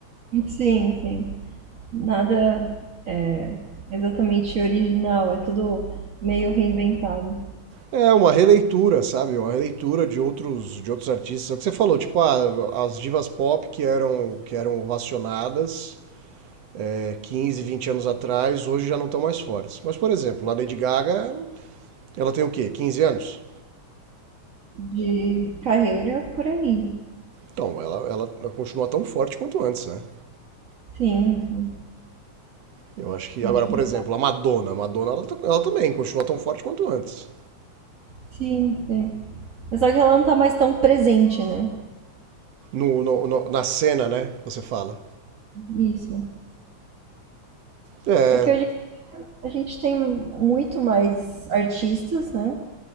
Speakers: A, on the right; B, on the right.
A: Sim, sim. Nada é exatamente original, é tudo meio reinventado.
B: É uma releitura, sabe? Uma releitura de outros de outros artistas. É o que você falou, tipo, ah, as divas pop que eram que eram ovacionadas é, 15, 20 anos atrás, hoje já não estão mais fortes. Mas, por exemplo, a Lady Gaga, ela tem o quê? 15 anos?
A: de carreira por aí.
B: Então, ela, ela continua tão forte quanto antes, né?
A: Sim, sim.
B: Eu acho que
A: Último.
B: agora, por exemplo, a Madonna, a Madonna, ela, ela também continua tão forte quanto antes.
A: Sim, sim. É só que ela não tá mais tão presente, né?
B: No, no- no- na cena, né? Você fala.
A: Isso.
B: É,
A: É que hoje a gente tem muito mais artistas, né?